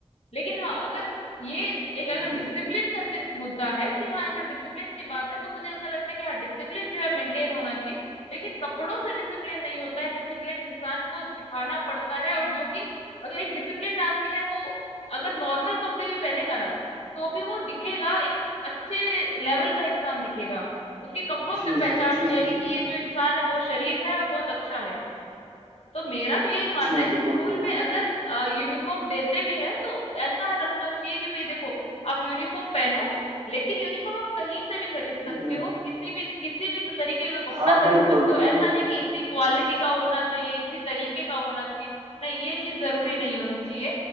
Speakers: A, on the left; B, on the right.
A: लेकिन हाँ अगर ये एक अगर
B: जी
A: डिसिप्लिन का सिर्फ मुद्दा है कि हाँ अगर डिसिप्लिन की बात है तो मुझे ऐसा लगता है कि हाँ डिसिप्लिन जो है मेंटेन होना चाहिए लेकिन कपड़ों से डिसिप्लिन नहीं होता है डिसिप्लिन इंसान को सिखाना पड़ता है और जो कि अगर एक डिसिप्लिन्ड आदमी है वो अगर नॉर्मल कपड़े भी पहनेगा ना तो भी वो दिखेगा एक अच्छे लेवल का इंसान दिखेगा उसके कपड़ों
B: जी
A: से पहचान
B: जी
A: हो जाएगी
B: जी
A: कि
B: जी
A: ये जो
B: जी
A: इंसान है बहुत शरीफ है और बहुत अच्छा है तो मेरा तो यही मानना
B: जी
A: है कि
B: बिल्कुल
A: स्कूल
B: बिल्कुल
A: में
B: बिल्कुल
A: अगर यूनिफॉर्म देते भी हैं तो ऐसा रखना चाहिए कि भाई देखो आप यूनिफॉर्म पहनो लेकिन यूनिफॉर्म आप कहीं से भी खरीद
B: हम्म,
A: सकते हो किसी भी किसी भी तरीके का कपड़ा
B: हाँ
A: खरीद
B: बिल्कुल
A: सकते
B: बिल्कुल
A: हो ऐसा नहीं कि इसी क्वालिटी का होना चाहिए इसी तरीके का होना चाहिए नहीं ये चीज जरूरी नहीं होनी चाहिए